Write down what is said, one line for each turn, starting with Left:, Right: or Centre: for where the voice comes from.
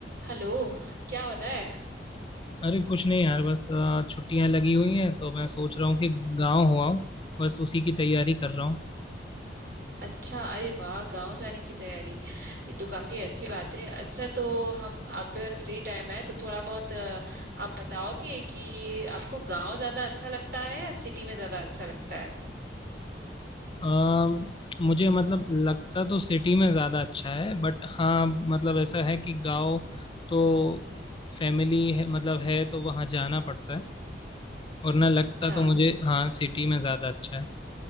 Right: हेलो क्या हो रहा है
Left: अरे कुछ नहीं यार बस अ, छुट्टियां लगी हुई हैं तो मैं सोच रहा हूँ कि गांव हो आऊँ बस उसी की तैयारी कर रहा हूँ
Right: अच्छा अरे वाह गांव जाने की तैयारी ये तो काफी अच्छी बात है अच्छा तो हम आप पर फ्री टाइम है तो थोड़ा बहुत अ, आप बताओगे कि आपको गांव ज्यादा अच्छा लगता है या सिटी में ज्यादा अच्छा लगता है
Left: अ, मुझे मतलब लगता तो सिटी में ज़्यादा अच्छा है बट हाँ मतलब ऐसा है कि गांव तो फैमिली है मतलब है तो वहाँ जाना पड़ता है और ना लगता
Right: अच्छा
Left: तो मुझे हाँ सिटी में ज़्यादा अच्छा है